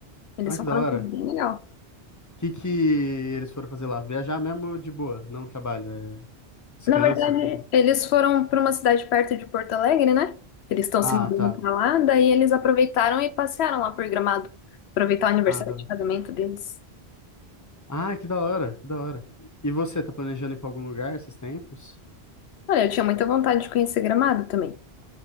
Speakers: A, on the left; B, on the left.
A: Eles
B: Olha
A: falaram
B: que da hora.
A: que é bem legal.
B: O que que eles foram fazer lá? Viajar mesmo de boa, não trabalho, é descanso
A: Na verdade,
B: e tudo.
A: eles foram para uma cidade perto de Porto Alegre, né? Eles estão
B: Ah,
A: se mudando
B: tá.
A: para lá, daí eles aproveitaram e passearam lá por Gramado, aproveitar o aniversário
B: Ah, tá.
A: de casamento deles.
B: Ah, que da hora, que da hora. E você, tá planejando ir pra algum lugar esses tempos?
A: Olha, eu tinha muita vontade de conhecer Gramado também.